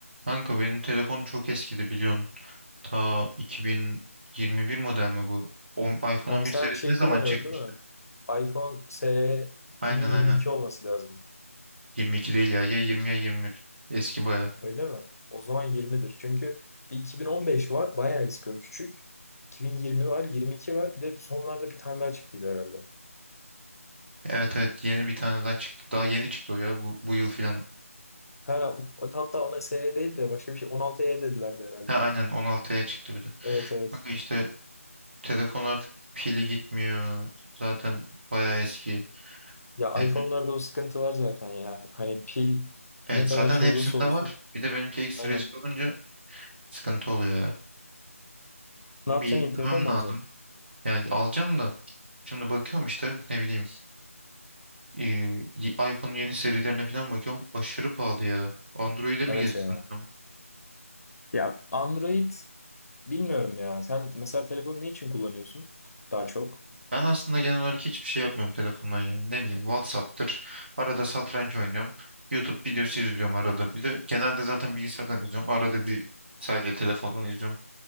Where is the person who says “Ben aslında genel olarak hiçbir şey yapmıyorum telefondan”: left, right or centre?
Right